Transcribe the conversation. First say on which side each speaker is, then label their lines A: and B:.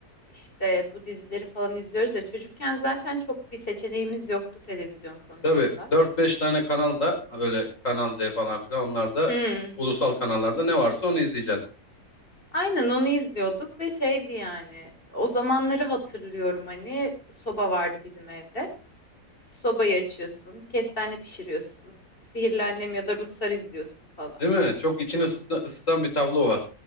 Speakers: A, on the left (about 35°); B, on the left (about 50°).
A: işte bu dizileri falan izliyoruz ya çocukken zaten çok bir seçeneğimiz yoktu televizyon konusunda.
B: Tabii dört beş tane kanalda böyle Kanal D falan filan onlarda
A: Hmm.
B: ulusal kanallarda ne varsa onu izleyeceksin.
A: Aynen onu izliyorduk ve şeydi yani o zamanları hatırlıyorum hani soba vardı bizim evde. Sobayı açıyorsun, kestane pişiriyorsun, sihirli annem ya da ruhsar izliyorsun falan.
B: Değil mi? Çok içini ısıta- ısıtan bir tablo var.